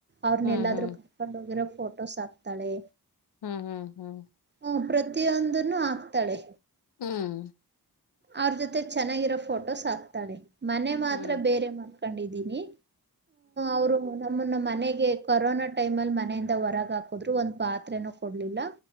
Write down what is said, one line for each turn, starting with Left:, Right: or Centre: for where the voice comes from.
Right: ಅವ್ರನ್ನ
Left: ಹ್ಮ್
Right: ಎಲ್ಲಾದ್ರೂ
Left: ಹ್ಮ್ ಹ್ಮ್
Right: ಕರ್ಕೊಂಡೋಗಿರೋ ಫೋಟೋಸ್ ಹಾಕ್ತಾಳೆ
Left: ಹ್ಮ್ ಹ್ಮ್ ಹ್ಮ್
Right: ಹ ಪ್ರತಿಯೊಂದನ್ನು ಆಗ್ತಾಳೆ
Left: ಹ್ಮ್
Right: ಅವ್ರ ಜೊತೆ ಚೆನ್ನಾಗಿರೋ ಫೋಟೋಸ್ ಹಾಕ್ತಾಳೆ ಮನೆ ಮಾತ್ರ
Left: ಹ್ಮ್
Right: ಬೇರೆ ಮ <unintelligible> ಕೀನಿ ಅವರು ಮುನ್ನ ಮನೆಗೆ ಕೊರೋನಾ ಟೈಮ್ ಅಲ್ಲಿ ಮನೆಯಿಂದ ಹೊರಗ ಹಾಕುದ್ರು ಒಂದ್ ಪಾತ್ರೇನೂ ಕೊಡ್ಲಿಲ್ಲ